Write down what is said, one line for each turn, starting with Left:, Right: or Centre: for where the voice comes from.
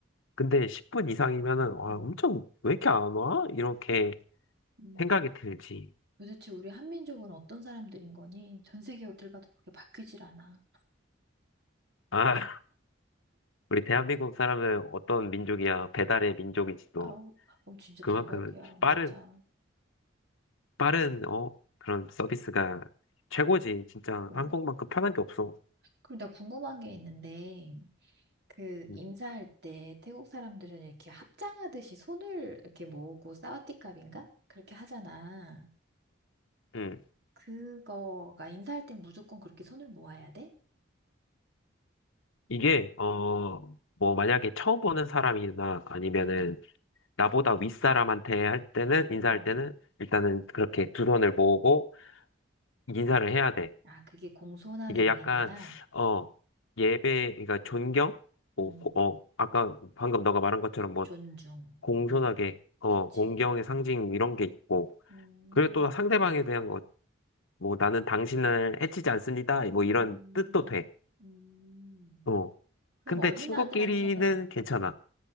Left: 근데 10분 이상이면은, 와,
Right: 어,
Left: 엄청, 왜 이렇게 안 와? 이렇게
Right: 음.
Left: 생각이 들지.
Right: 도대체 우리 한민족은 어떤 사람들인 거니? 전 세계 어딜 가도 그게 바뀌질 않아.
Left: 아, 우리 대한민국 사람은 어떤 민족이야? 배달의 민족이지 또.
Right: 아, 어, 진짜
Left: 그만큼
Right: 대박이야.
Left: 빠른,
Right: 맞아.
Left: 빠른, 어, 그런 서비스가 최고지. 진짜
Right: 어.
Left: 한국만큼 편한 게 없어.
Right: 그리고 나 궁금한 게 있는데, 그
Left: 음.
Right: 인사할 때 태국 사람들은 이렇게 합장하듯이 손을 이렇게 모으고 사와디캅인가? 그렇게 하잖아.
Left: 음.
Right: 그거가 인사할 땐 무조건 그렇게 손을 모아야 돼?
Left: 이게, 어, 뭐, 만약에 처음 보는 사람이나 아니면은
Right: 음.
Left: 나보다 윗사람한테 할 때는, 인사할
Right: 음.
Left: 때는 일단은 그렇게 두 손을 모으고 인사를 해야 돼.
Right: 아, 그게 공손한
Left: 이게
Right: 의미구나.
Left: 약간, 어, 예배, 그러니까 존경? 뭐,
Right: 음.
Left: 어, 아까 방금 너가 말한 것처럼 뭐,
Right: 존중.
Left: 공손하게,
Right: 음.
Left: 어,
Right: 그치.
Left: 공경의 상징 이런 게 있고,
Right: 음.
Left: 그리고 또 상대방에 대한 거 뭐 나는 당신을 해치지 않습니다. 뭐
Right: 음.
Left: 이런 뜻도 돼.
Right: 음.
Left: 어.
Right: 그럼
Left: 근데
Right: 어린아들한테는
Left: 친구끼리는 괜찮아.